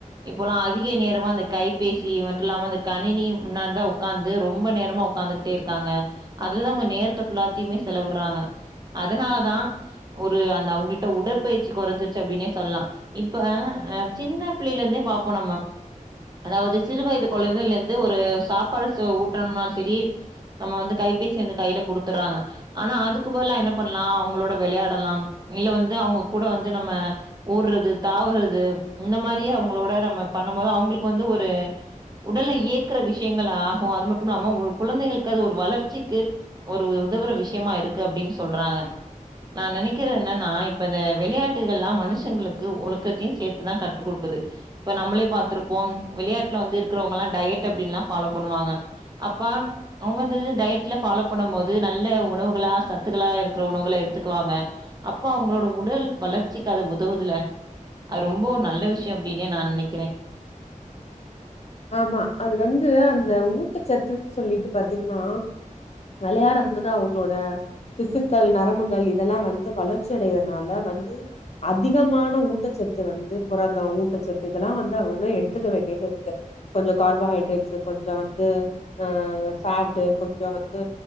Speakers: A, on the right (about 30°); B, on the left (about 50°).
A: இப்போல்லா அதிக நேரமா அந்த கைபேசி மட்டு இல்லாம அந்த கணினி முன்னாடி தா உக்காந்து ரொம்ப நேரமா‌ உக் காந்துகிட்டே இருக்காங்க அதுலதா அவுங்க நேரத்தை ஃபுல்லாத்தையுமே செலவிட்றாங்க அதனாலதா ஒரு அந்த அவங்கள்ட்ட உடற்பயிற்சி குறைஞ்சிருச்சு அப்படின்னே சொல்லலா இப்ப சின்ன பிள்ளைல இருந்தே பா பாப்போ நம்ம அதாவது சிறு வயது குழந்தைலருந்து ஒரு சாப்பாடு ஊட்டணும்னாலு செரி நம்ம வந்து கைபேசி வந்து கையில குடுத்துறாங்க ஆனா அதுக்கு பதுல்லா என்ன பண்லா அவங்ளோட விளையாடலா ம் இல்ல வந்து அவங்க கூட வந்து நம்ம ஓட்றது தாவறது இந்த மாரியே அவங்களோட நம் ம பண்ணு போது அவுங்களுக்கு வந்து ஒரு உடலை இயக்குற விஷயங்கள் ஆகு அது மட்டு இல்லாம ஒழுக் குழந்தைகளுக்கு அது ஒரு வளர்ச்சிக்கு ஒரு உதவுற விஷயமா இருக்கு அப்டின் சொல்றாங்க நா நினைக்கறது என்னன்னா இப்பத விளையாட்டுகள் எல்லா மனுஷங்களுக்கு ஒழுக்கத்தையு சேர்த்துதா கட்டு குடுக் து இப்ப நம்மளே பாத்ருப்போ விளையாட்ல வந்து இருக்றவங்கால்லா டயட்டு அப்டின்லா ஃபாலோ பண்ணுவாங்க அப்ப அவுங்க வந்து டயட்ல ஃபாலோ பண்ணு போது நல்ல உணவுகளா சத்துக்களா இருக்குற உணவுகள எடுத்துக்குவாங்க அப்ப அவுங்களோட உடல் வளர்ச்சிக்கு அத உதவுதுல்ல அது ரொம்போ ஒரு நல்ல விஷய அப்டினே நா நினைக்கிறே
B: ஆமா அது வந்து அந்த ஊட்டச்சத்துன்னு சொல்லிட்டு பாத்தீங்கன்னா வெளயாடும் போது அவுங்ளோட திசுக்கள் நரம்புகள் இதெல்லா வந்து வளர்ச்சி அடையறனால வந்து அதிகமான ஊட்டச்சத் த்து வந்து புரத ஊட்டச்சத்து இதெல்லா வந்து அவங்க எடுத்துக்க வேண்டியது இருக் கொஞ்சோ கார்போஹைட்ரேட்ஸ்ஸு கொஞ்சோ வந்து ஆ ஃபேட்டு கொஞ்சோ வந்து